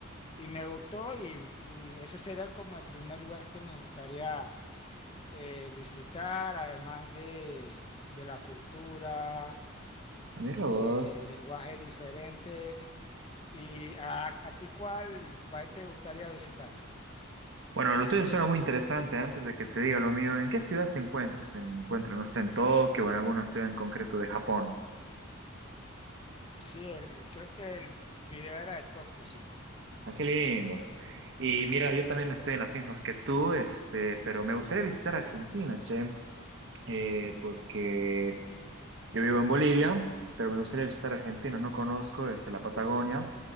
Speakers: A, on the left (about 25°); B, on the right (about 60°).
A: y me gustó y, y ese sería como el primer lugar que me gustaría eh, visitar, además de, de la cultura,
B: Mira
A: eh,
B: vos.
A: lenguaje diferente ¿Y a, a ti cuál país te gustaría visitar?
B: Bueno, lo tuyo suena muy interesante. Antes de que te diga lo mío, ¿en qué ciudad se encuentra? ¿Se encuentra, no sé, en Tokio o en alguna ciudad en concreto de Japón?
A: Sí, el, creo que el video era de Tokio, sí.
B: Ah, qué lindo. Y mira, yo también estoy en las mismas que tú, este, pero me gustaría visitar Argentina, che, eh, porque yo vivo en Bolivia, pero me gustaría visitar Argentina. No conozco,
A: Ujú,
B: este, la Patagonia.